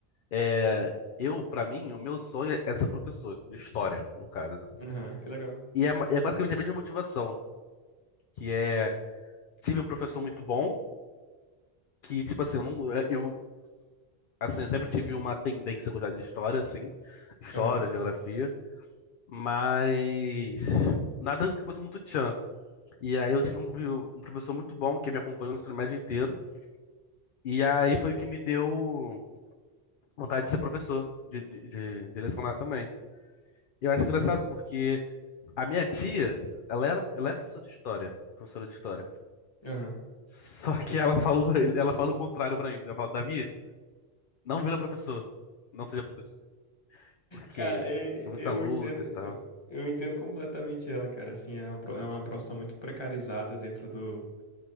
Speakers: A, on the left (about 60°); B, on the left (about 25°).
A: É, eu, pra mim, o meu sonho é ser professor de história, no caso.
B: Aham, que legal.
A: E é, ma- é basicamente a mesma motivação, que é tive um professor muito bom, que tipo assim, eu não é, eu assim, eu sempre tive uma tendência a gostar de história assim, história,
B: Aham,
A: geografia, mas nada que fosse muito tchan. E aí eu tive um, vi- um professor muito bom que me acompanhou no ensino médio inteiro, e aí foi o que me deu vontade de ser professor, de, de, de, de lecionar também. eu acho engraçado porque A minha tia, ela era, ela é professora de história, professora de história.
B: aham.
A: Só que ela falou, ela fala o contrário pra mim. Ela fala, Davi, não vira professor, não seja professor, porque
B: Cara, e-
A: é muita
B: eu
A: luta
B: entendo,
A: e tal.
B: eu, eu entendo completamente ela, cara. Assim, é uma, pro- é uma profissão muito precarizada dentro do